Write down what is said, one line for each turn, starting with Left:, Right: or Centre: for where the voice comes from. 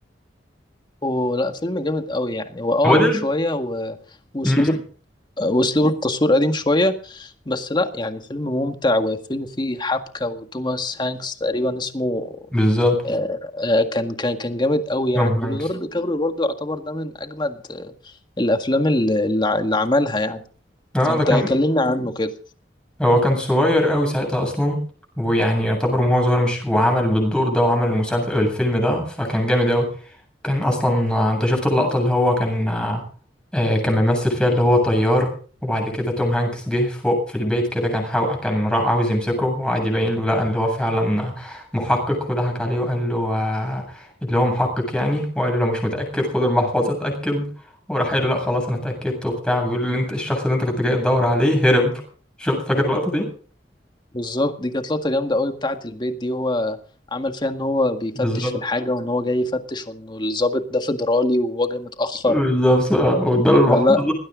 Left: هو لا فيلم جامد قوي يعني هو اه
Centre: هو
Left: قديم
Centre: ده ال-
Left: شوية و... واسلوب
Centre: امم
Left: واسلوب التصوير قديم شوية بس لا يعني فيلم ممتع وفيلم فيه حبكة وتوماس هانكس تقريبا اسمه
Centre: بالظبط
Left: آه، آه، كان كان كان جامد قوي يعني
Centre: توم هانكس
Left: وليوناردو كابريو برضه يعتبر ده من أجمد آه، الأفلام اللي, اللي عملها يعني
Centre: اه
Left: فأنت
Centre: ده كان
Left: كلمنا عنه كده
Centre: هو كان صغير قوي ساعتها اصلا ويعني يعتبر وهو صغير مش وعمل بالدور ده وعمل المسلسل الفيلم ده فكان جامد قوي كان اصلا آه، انت شفت اللقطة اللي هو كان آه، آه، كان ممثل فيها اللي هو طيار وبعد كده توم هانكس جه فوق في البيت كده كان حاو... كان راح عاوز يمسكه وقعد يبين له لا اللي هو فعلا محقق وضحك عليه وقال له آه، اللي هو محقق يعني وقال له لو مش متأكد خد المحفظة اتأكد وراح قال له لا خلاص انا اتأكدت وبتاع بيقول له انت الشخص اللي انت كنت جاي تدور عليه هرب شفت فاكر اللقطة دي؟
Left: بالظبط دي كانت لقطة جامدة قوي بتاعة البيت دي هو عمل فيها إن هو بيفتش
Centre: بالظبط
Left: في الحاجة وإن هو جاي يفتش وإنه الضابط ده فيدرالي وهو جاي متأخر
Centre: بالظبط اه واداله المحفظة
Left: فلا